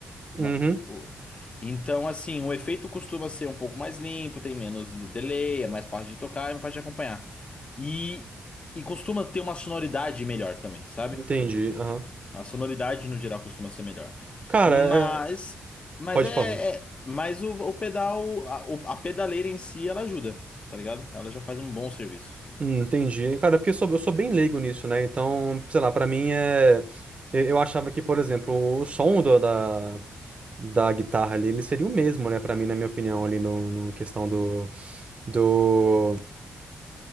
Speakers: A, on the left (about 35°); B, on the right (about 35°).
A: Uma
B: Uhum.
A: co- o- então, assim, o efeito costuma ser um pouco mais limpo, tem menos delay, é mais fácil de tocar, é mais fácil de acompanhar. E, e costuma ter uma sonoridade melhor também, sabe?
B: Entendi. Aham.
A: A sonoridade no geral costuma ser melhor.
B: Cara,
A: Mas,
B: é...
A: mas
B: pode
A: é,
B: falar.
A: é- mas o, o pedal, a, o- a pedaleira em si, ela ajuda, tá ligado? Ela já faz um bom serviço.
B: Hum, entendi. Cara, é porque eu sou, eu sou bem leigo nisso, né? Então, sei lá, pra mim é. Eu eu achava que, por exemplo, o som do- da, da guitarra ali, ele seria o mesmo, né? Pra mim, na minha opinião, ali no, no questão do, do.